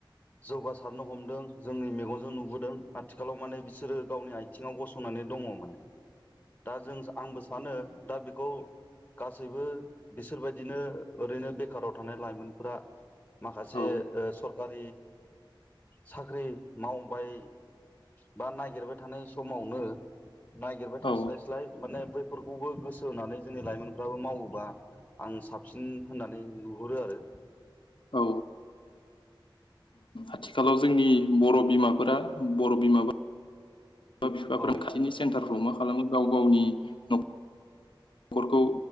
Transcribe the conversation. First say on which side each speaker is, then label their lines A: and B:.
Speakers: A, on the left; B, on the left.
A: जौगासारनो हमदों जोंनि मेगनजों नुबोदों आथिखालाव माने बिसोरो गावनि आइथिं सिङाव गसंनानै दङ माने दा जों आंबो सानो दा बेखौ गासैबो बिसोरबायदि बिदिनो ओरैनो बेखाराव थानाय लाइमोनफोरा माखासे
B: औ
A: ओ सरखार साख्रि मावबाय, बा नागिरबाय थानाय समावनो नागिरबाय थास्लायस्लाय
B: औ
A: माने बै फोरखौबो गोसो होनानै जोंनि लाइमोनफ्राबो मावोबा आं साबसिन होननानै नुहुरो आरो।
B: औ आथिखालाव जोंनि बर' बिमाफोरा बर' बिमााबा बिमा बिफाफोरा
A: औ
B: खाथिनि सेन्टार मा खालामो गाव गावनि <unintelligible> नख'रखौ